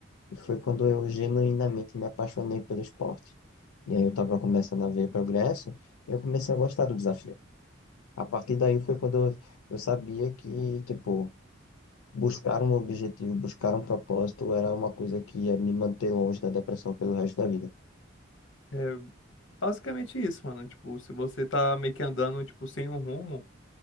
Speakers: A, on the left; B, on the left.
A: E foi quando eu genuinamente me apaixonei pelo esporte. E aí eu estava começando a ver progresso, e eu comecei a gostar do desafio. A partir daí foi quando eu, eu sabia que, tipo, buscar um objetivo, buscar um propósito era uma coisa que ia me manter longe da depressão pelo resto da vida.
B: É, Basicamente isso, mano. Tipo, se você tá meio que andando, tipo, sem um rumo,